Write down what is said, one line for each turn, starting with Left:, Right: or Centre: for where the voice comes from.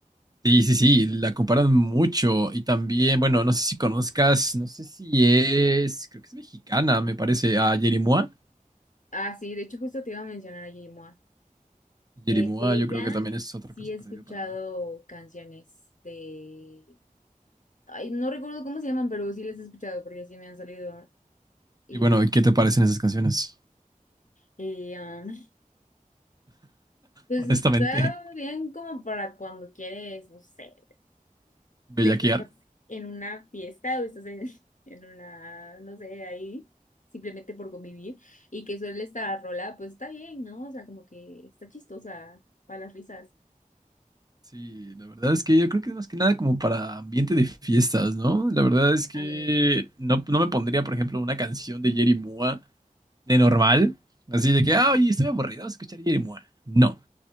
Right: Sí, sí, sí, la comparan mucho. Y también, bueno, no sé si conozcas, no sé si es. Creo que es mexicana, me parece, a Yeri-Mua.
Left: Ah, sí, de hecho, justo te iba a mencionar a Yimoa. Eh,
Right: Yeri-Mua
Left: de ella
Right: yo creo que también es
Left: sí
Right: otro caso
Left: he escuchado
Right: perdido para mí.
Left: canciones de. Ay, no recuerdo cómo se llaman, pero sí las he escuchado porque sí me han salido. Y,
Right: Y bueno, ¿y ¿qué te parecen esas canciones?
Left: y ah, <laughs> pues
Right: Honestamente,
Left: está bien como para cuando quieres, no sé.
Right: bellaquear.
Left: de que estás en una fiesta o estás en, <laughs> en una, no sé, ahí, simplemente por convivir, y que suele estar rola, pues está bien, ¿no? O sea, como que está chistosa para las risas.
Right: Sí, la verdad es que yo creo que es más que nada como para ambiente de fiestas, ¿no? La verdad es que
Left: Ándale.
Right: no, no me pondría, por ejemplo, una canción de Jerry Mua de normal, así de que, ah, oye, estoy aburrido, vamos a escuchar Jerry Mua. No,